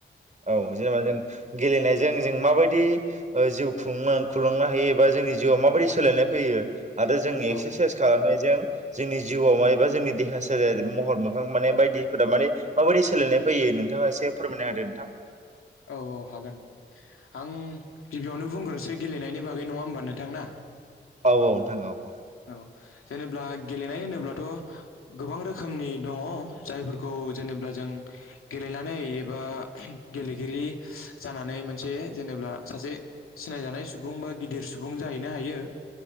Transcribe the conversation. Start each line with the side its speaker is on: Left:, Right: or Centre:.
Right: औ जेनेबा जों गेलेनायजों जों माबायदि जिउ खुंलुंनो हायो एबा जोंनि जिउआव माबायदि सोलायनाय फैयो आरो जों एक्सारसाइस
Left: औ
Right: खालामनायजों जोंनि जिउआव माबबा जोंनि देहा सोलेर महर मोखां माने बायदि माने माबायदि सोलायनाय फैयो नोंथाङा एसे फोरमायनो हदो नोंथां
Left: औ औ हागोन आं गिबियावनो गुब बुंग्रोनोसै गेलेनायनि बागै नङा होमबा नोंथां ना
Right: औ औ नोंथां औ औ
Left: औ जेनेबब्ला गेलेनाय होनोब्लाथ' गोबां रोखोमनि दङ जायफोरखौ जेनेबा जों गेलेनानै एबा गेलेगिरि जानानै मोनसे जेनेबा सासे सिनायजानाय सुबुं बा गिदिर सुबुं जाहैनो हायो